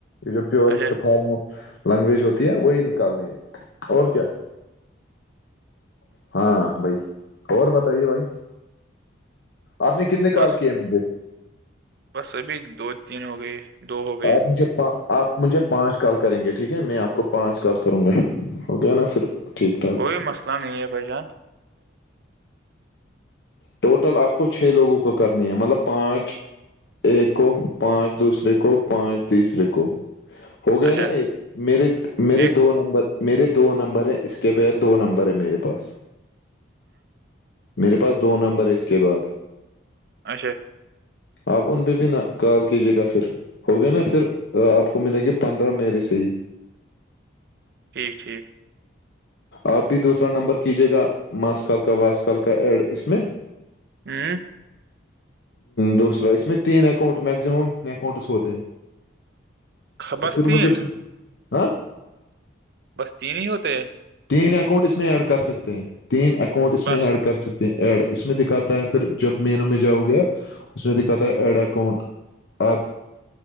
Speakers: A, on the left; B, on the right.
A: یہ جو پیورسٹ
B: اچھا
A: فارم آف- لینگویج ہوتی ہے وہی نکالنی ہے اور کیا- ہاں بھائی اور بتائیے بھائی- آپ نے کتنے
B: بس
A: کال کیے مجھے-
B: بس ابھی دو تین ہو گئے دو ہو گئے
A: اورپ مجھے آپ مجھے پانچ کال کریں گے، ٹھیک ہے میں آپ کو پانچ کال کروں گا اوکے ہے نا پھر- ٹھیک ٹھاک
B: کوئی مسئلہ نہیں ہے بائی جان-
A: ٹوٹل آپ کو چھ لوگوں کو کرنی ہے مطلب پانچ ایک کو پانچ دوسرے کو پانچ تیسرے کو ہو گئے
B: اچھا
A: نا ایک- میرے -میرے
B: ٹھیک
A: دو نمبر میرے دو نمبر ہیں اس کے بغ دو نمبر ہیں میرے پاس-
B: <inaudible>
A: میرے پاس, دو نمبر اس کے بعد
B: اچھا-
A: آپ ان پہ بھی نہ کال کیجیے گا پھر- ہو گیا نا پھر آپ کو ملے گی پندرہ میریرے سے ہی-
B: ٹھیک- ٹھیک
A: آپ بھی دوسا نمبر کیجیے گا ماسکال کا واسکال کا ایڈ اس میں- <unintelligible>
B: <unintelligible>
A: دوسرا اس میں تین اکانٹ میکزممین اکاؤنٹس ہوتے ہیں-
B: خ-
A: تو
B: بس
A: پھر
B: تین
A: مجھے ہاں-
B: بس تین ہی ہوتے
A: تین اکاؤنٹ اس میں ایڈ کر سکتے ہیں تین اکاؤنٹ اس
B: بس
A: میں ایڈ کر سکتے ہیں- ایڈ اس میں دکھاتا ہے پھر جب مینو میں جاؤ گے آپ اس میں دکھاتا ہے ایڈ اکاؤنٹ- آپ